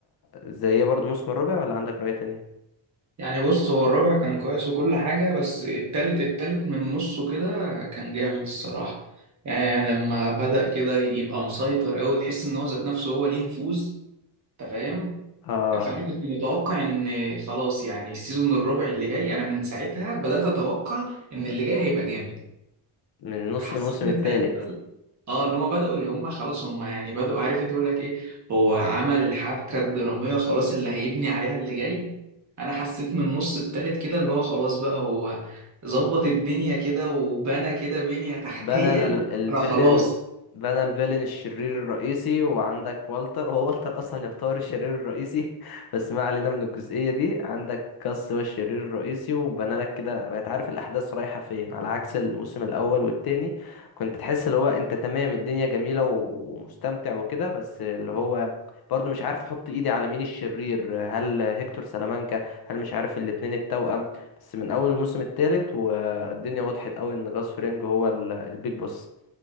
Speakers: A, on the left; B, on the right.
A: زي برضو الموسم الرابع ولا عندك رأي تاني
B: يعني بص هو الرابع كان كويس وكل حاجة بس التالت التالت من نصه كده كان جامد الصراحة يعني لما بدأ كده يبقى مسيطر أوي تحس إن هو ذات نفسه هو ليه نفوذ أنت فاهم
A: اه
B: فانا كنت متوقع ان خلاص يعني السيزون الرابع اللي جاي انا من ساعتها بدات اتوقع ان اللي جاي هيبقى جامد
A: من نص
B: حسيت
A: الموسم
B: من
A: الثالث
B: ساعتها اه ان هم بداوا هم خلاص هم يعني بداوا عارف انت بيقول لك ايه هو عمل الحبكه الدراميه خلاص اللي هيبني عليها اللي جاي انا حسيت من النص التالت كده اللي هو خلاص بقى هو ظبط الدنيا كده وبنى كده بنيه تحتيه
A: بنى ال- الفيلن
B: انا خلاص
A: بنى الفيلن الشرير الرئيسي وعندك والتر هو والتر اصلا يعتبر الشرير الرئيسي <laughs> بس ما علينا من الجزئية دي عندك كاس هو الشرير الرئيسي وبنى لك كده بقيت عارف الاحداث رايحة فين على عكس الموسم الاول والتاني كنت تحس اللي هو انت تمام الدنيا جميلة و- ومستمتع وكده بس اللي هو برضه مش عارف احط ايدي على مين الشرير هل هيكتور سلامانكا هل مش عارف الاتنين التوأم بس من اول الموسم التالت فالدنيا وضحت قوي ان جاس فرينج هو ال- البيج بوس